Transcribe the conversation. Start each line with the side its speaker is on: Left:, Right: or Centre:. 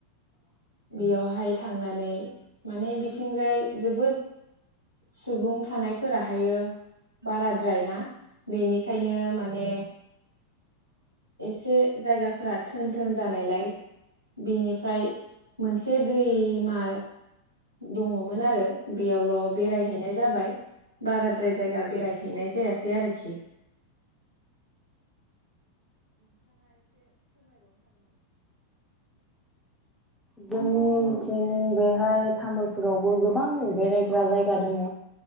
Left: बेयावहाय थांनानै माने बि बिथिंजाय जोबोद सुबुं थानायफोराहायो बाराद्रायना। बेनिखायनो माने एसे जायगाफोरा थोन थोन जानायलाय बेनिफ्राय मोनसे दैमा दङमोन आरो बेयावल' बेरायहैनाय जाबाय बाराद्राय जायगा बेरायहैनाय जायासै आरोखि।
Centre: बुं उम बेहाय तामुल रावबो गोबां बेरायग्रा जायगा दङ।